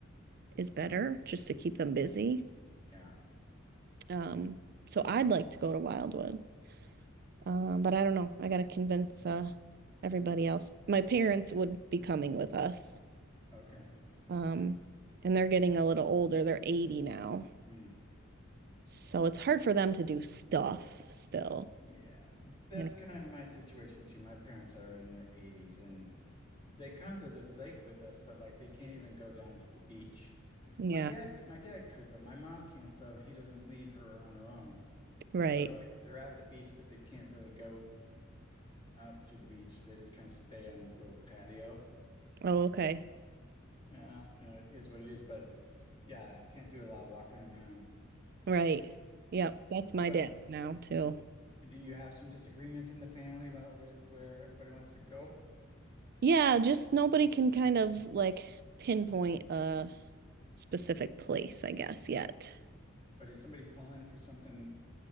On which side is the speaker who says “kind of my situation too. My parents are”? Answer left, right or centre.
Left